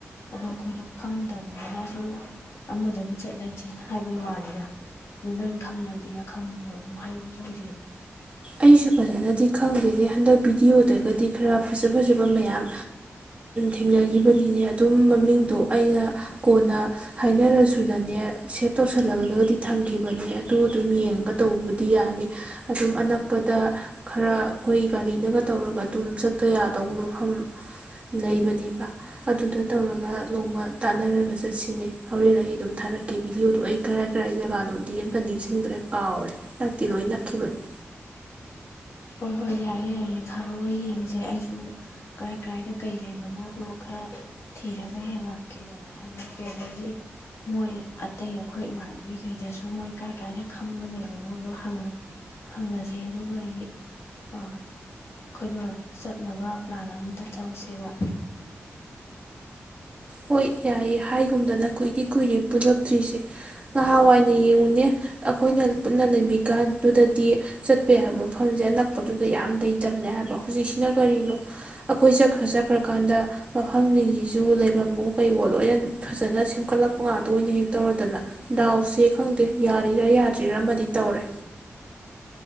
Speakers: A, on the left; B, on the right.
A: ꯑꯗꯣ ꯑꯩꯈꯣꯏꯗꯣ ꯈꯪꯗꯕꯅꯤꯅ ꯁꯨꯝ ꯑꯃꯗꯕꯨ ꯆꯠꯂꯗꯤꯅ꯫ ꯍꯥꯏꯕꯩ ꯋꯥꯅꯤꯗ ꯅꯪ ꯈꯪꯉꯗꯤꯅ ꯑꯈꯪꯕꯗ ꯑꯗꯨꯝ ꯍꯥꯏꯔꯛꯑꯣ ꯆꯪꯁꯤ꯫
B: ꯑꯩꯁꯨ ꯐꯖꯅꯗꯤ ꯈꯪꯗꯦꯅꯦ ꯍꯟꯗꯛ ꯚꯤꯗꯤꯑꯣꯗꯒꯗꯤ ꯈꯔ ꯐꯖ ꯐꯖꯕ ꯃꯌꯥꯝ ꯊꯦꯡꯅꯈꯤꯕꯅꯤꯅꯦ ꯑꯗꯨꯝ ꯃꯃꯤꯡꯗꯣ ꯑꯩꯅ ꯀꯣꯟꯅ ꯍꯥꯏꯅꯔꯁꯨꯅꯅꯦ ꯁꯦꯞ ꯇꯧꯁꯜꯂꯒꯗꯤ ꯊꯝꯈꯤꯕꯅꯦ ꯑꯗꯨ ꯑꯗꯨꯝ ꯌꯦꯡꯉꯒ ꯇꯧꯕꯗꯤ ꯌꯥꯅꯤ ꯑꯗꯨꯝ ꯑꯅꯛ꯫ ꯄꯗ ꯈꯔ ꯑꯩꯈꯣꯏ ꯒꯥꯔꯤꯅꯒ ꯇꯧꯔꯒ ꯑꯗꯨꯝ ꯆꯠꯄ ꯌꯥꯗꯧꯕ ꯃꯐꯝ ꯂꯩꯕꯅꯦꯕ ꯑꯗꯨꯗ ꯇꯧꯔꯒ ꯅꫭꯡꯃ ꯇꯥꯟꯅꯔꯒ ꯆꯠꯁꯤꯅꯦ ꯍꯧꯔꯦꯟ ꯑꯩ ꯑꯗꯨꯝ ꯊꯥꯔꯛꯀꯦ ꯚꯤꯗꯤꯑꯣꯗꯣ ꯑꯩ ꯀꯔꯥꯏ ꯀꯔꯥꯏ ꯖꯒꯥꯅꯣꯗꯤ ꯑꯃꯀ ꯅꯤꯡꯁꯤꯡꯗ꯭ꯔꯦ ꯀꯥꯎꯔꯦ ꯍꯛꯇꯤ ꯂꯣꯏ ꯅꯛꯈꯤꯕꯅꯤ꯫
A: ꯍꯣꯏ ꯍꯣꯏ ꯌꯥꯏꯌꯦ ꯌꯥꯏꯌꯦ ꯊꯥꯔꯛꯑꯣ ꯌꯦꯡꯁꯦ ꯑꯩꯁꯨ ꯀꯔꯥꯏ ꯀꯔꯥꯏꯗ ꯀꯩ ꯂꯩꯕꯅꯣꯗꯣ ꯈꯔ ꯊꯤꯔꯒ ꯌꯦꯡꯉꯛꯀꯦ ꯍꯥꯏꯔꯛꯀꯦ ꯑꯗꯒꯤ ꯃꯣꯏ ꯑꯇꯩ ꯑꯩꯈꯣꯏ ꯏꯃꯥꯟꯅꯕꯤꯈꯩꯗꯁꯨ ꯃꯣꯏ ꯀꯔꯥꯏ ꯀꯔꯥꯏꯗ ꯈꯪꯕ ꯂꯩꯕꯅꯣꯗꯣ ꯍꯪꯉꯁꯦ ꯑꯗꯨꯒ꯫ ꯑ ꯑꯩꯈꯣꯏꯗꯣ ꯆꯠꯅꯕ ꯄ꯭ꯂꯥꯟ ꯑꯃꯇ ꯇꯧꯁꯦꯕ꯫
B: ꯍꯣꯏ ꯌꯥꯏꯌꯦ ꯍꯥꯏꯒꯨꯝꯗꯅ ꯀꯨꯏꯔꯤ ꯀꯨꯏꯔꯦ ꯄꯨꯜꯂꯛꯇ꯭ꯔꯤꯁꯦ ꯅꯍꯥꯟꯋꯥꯏꯅ ꯌꯦꯡꯉꯨꯅꯦ ꯑꯩꯈꯣꯏꯅ ꯄꯨꯟꯅ ꯂꯩꯃꯤꯀꯥꯟꯗꯨꯗꯗꯤ ꯆꯠꯄ ꯌꯥꯕ ꯃꯐꯝꯁꯦ ꯑꯅꯛꯄꯗꯨꯗ ꯌꯥꯝ ꯂꯩꯇꯕꯅꯦ ꯍꯥꯏꯕ ꯍꯧꯖꯤꯛꯁꯤꯅ ꯀꯔꯤꯅꯣ ꯑꯩꯈꯣꯏ ꯆꯠꯈ꯭ꯔ ꯆꯠꯈ꯭ꯔꯀꯥꯟꯗ ꯃꯐꯝꯁꯤꯡꯁꯤꯁꯨ꯫ ꯐꯤꯕꯝꯕꯨ ꯀꯩꯋꯣ ꯂꯣꯏꯅ ꯐꯖꯅ ꯁꯦꯝꯒꯠꯂꯛꯄ ꯉꯥꯛꯇ ꯑꯣꯏꯅ ꯍꯦꯛ ꯇꯧꯔꯗꯅ ꯗꯥꯎꯁꯦ ꯈꯪꯗꯦ ꯌꯥꯔꯤꯔꯥ ꯌꯥꯗ꯭ꯔꯤꯔ ꯑꯃꯗꯤ ꯇꯧꯔꯦ꯫